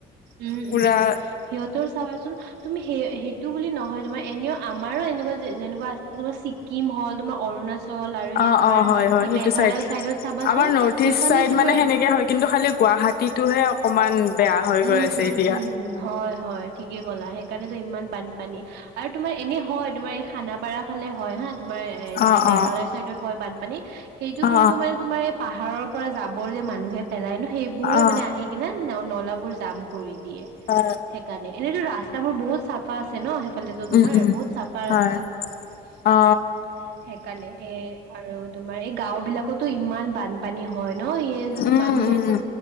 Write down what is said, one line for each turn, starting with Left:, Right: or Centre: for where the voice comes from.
Right: উম
Left: পুৰা
Right: উম সিহঁতৰ চাবাচোন তুমি সেই সেইটো বুলি নহয় তোমাৰ এনেও আমাৰো এনেকুৱা যেনেকুৱা আছে তোমাৰ ছিক্কিম হ'ল তোমাৰ অৰুণাচল। আৰু সেই
Left: অ
Right: তোমাৰ
Left: অ হয় হয়
Right: কি
Left: সেইটো
Right: মেঘালয়
Left: চাইদ
Right: চাইডত চাবাচোন
Left: আমাৰ নৰ্থ
Right: সেইফালে
Left: ইষ্ট চাইড
Right: তোমাৰ
Left: মানে সেনেকে হয় কিন্তু খালি গুৱাহাটী টোহে অকমান বেয়া হৈ
Right: উম,
Left: গৈ আছে
Right: উম,
Left: এতিয়া।
Right: উম, হয় হয় ঠিকে ক'লা সেইকাৰণেটো ইমান বানপানী আৰু তোমাৰ এনে হয় তোমাৰ এই খানাপাৰা ভালে হয় হা তোমাৰ এ
Left: অ
Right: যে মেঘালয়ৰ
Left: অ
Right: চাইডত হয় বানপানী সেইটো
Left: অ
Right: কিন্তু মানে তোমাৰ- পাহাৰৰ পৰা যাবৰ যে মানুহে পেলাই ন সেইবোৰে
Left: অ
Right: মানে আহি কিনে নলাবোৰ জাম কৰি দিয়ে,
Left: অ
Right: সেইকাৰণে এনেইতো ৰাস্তা বোৰ বহুত চাফা আছে ন সেই ফালে তোমাৰ
Left: উম উম
Right: বহুত চাফা
Left: হয়
Right: ৰাস্তাৰ।
Left: অ
Right: সেইকাৰণে এ আৰু তোমাৰ এই গাওঁ বিলাকতো ইমান বান পানী হয় ন স
Left: উম
Right: মানুহে
Left: উম
Right: যে